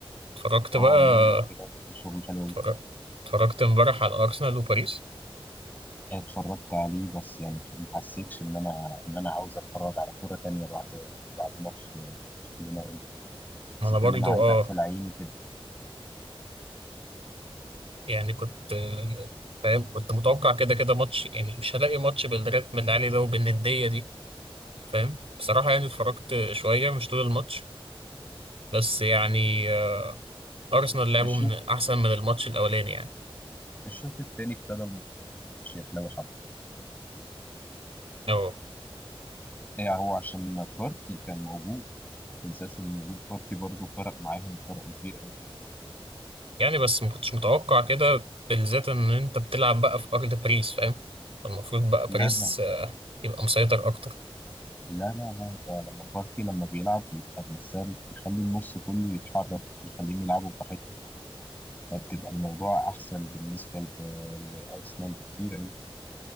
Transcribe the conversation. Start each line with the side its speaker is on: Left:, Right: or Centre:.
Right: اتفرجت
Left: اه
Right: بقى
Left: والله لا بجد شغل حلو أوي.
Right: اتفرج- اتفرجت امبارح على أرسنال وباريس
Left: اتفرجت عليه بس يعني ما حسيتش ان انا ان انا عاوز اتفرج على كوره تانية بعد بعد ماتش برشلونه وانتر
Right: ما
Left: حسيت
Right: انا برضو
Left: ان انا عايز
Right: اه
Left: اقفل عيني كده
Right: يعني كنت آه، فاهم كنت متوقع كده كده ماتش يعني مش هلاقي ماتش بالريتم اللي عليه ده وبالندية دي فاهم بصراحة يعني اتفرجت شوية مش طول الماتش بس يعني آه، أرسنال لعبوا
Left: الشوط
Right: من أحسن من الماتش الأولاني يعني
Left: الشوط التاني ابتدى الماتش يحلو حبه
Right: اه
Left: يعني هو عشان بارتي كان موجود ما تنساش ان وجود بارتي برضه فرق معاهم فرق كبير قوي
Right: يعني بس ما كنتش متوقع كده بالذات إن أنت بتلعب بقى في أرض باريس فاهم المفروض بقى باريس
Left: لا لا
Right: آه، يبقى مسيطر أكتر
Left: لا لا لا ده لما بارتي لما بيلعب بيبقى بيسال بيخلي النص كله يتحرك يخليهم يلعبوا براحتهم فبتبقى الموضوع احسن بالنسبه ل- لارسنال بكتير قوي